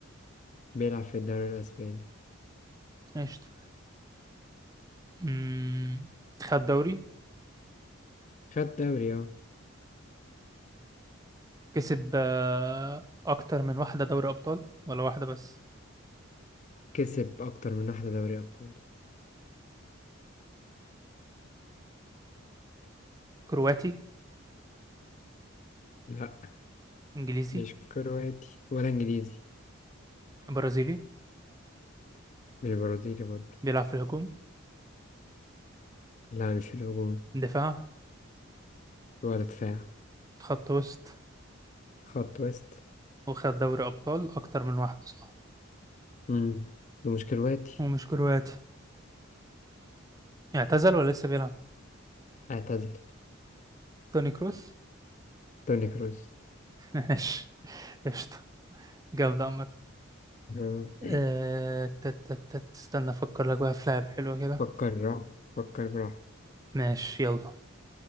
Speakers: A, on the left (about 35°); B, on the right (about 15°).
A: بيلعب في الدوري الاسباني
B: قشطة مم، خد دوري
A: خد دوري اه
B: كسب آه، اكتر من واحدة دوري ابطال ولا واحدة بس
A: كسب أكتر من واحدة دوري أبطال
B: كرواتي
A: لأ
B: انجليزي
A: مش كرواتي ولا إنجليزي
B: برازيلي
A: مش برازيلي برضه
B: بيلعب في الهجوم
A: لا مش في الهجوم
B: دفاع
A: ولا دفاع
B: خط وسط
A: خط وسط
B: وخد دوري ابطال اكتر من واحدة صح
A: مم. ومش كرواتي
B: ومش كرواتي اعتزل ولا لسه بيلعب
A: اعتزل
B: توني كروس
A: توني كروس
B: <laughs> ماشي قشطة جامدة عامة
A: آه.
B: آه، تت تت تت استنى افكر لك بقى في لعب حلوة كده
A: <clears throat> فكر براحتك فكر براحتك
B: ماشي يلا